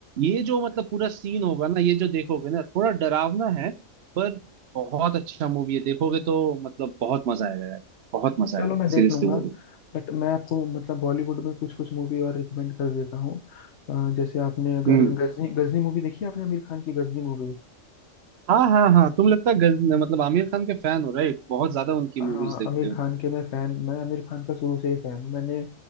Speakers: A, on the right (about 60°); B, on the left (about 60°).
A: ये जो मतलब पूरा सीन होगा ना ये जो देखोगे ना थोड़ा डरावना है पर बहुत अच्छा मूवी है देखोगे तो मतलब बहुत मजा आएगा यार बहुत मजा
B: चलो
A: आएगा
B: मैं देख
A: सीरियसली
B: लूंगा
A: वो
B: बट मैं आपको मतलब बॉलीवुड में कुछ कुछ मूवी और रिकमेंड कर देता हूँ अ, जैसे आपने अगर
A: हम्म
B: गजनी गजनी मूवी देखी है आपने आमिर खान की गजनी मूवी?
A: हाँ हाँ हाँ तुम लगता है गज- मतलब आमिर खान के फैन हो राइट बहुत ज्यादा उनकी मूवीज
B: हाँ
A: देखते
B: आमिर
A: हो
B: खान के मैं फैन मैं आमिर खान का शुरू से ही फैन हूँ मैंने